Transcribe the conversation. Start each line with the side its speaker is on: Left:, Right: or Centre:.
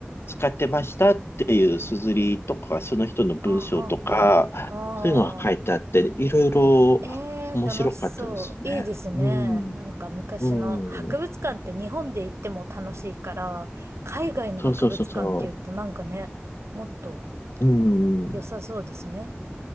Left: 使ってましたっていうすずりとか、その人の文章とか、
Right: ああ、ああ、ああ。
Left: そういうのが書いてあって、いろいろ
Right: ええ楽しそう。
Left: 面白かったですね。
Right: いいですね。
Left: うん。
Right: なんか昔の博物館って日本で行っても楽しいから、
Left: うん。
Right: 海外の博物館って言うとなんかね、
Left: そうそうそうそ
Right: もっと
Left: う。うん。
Right: 良さそうですね。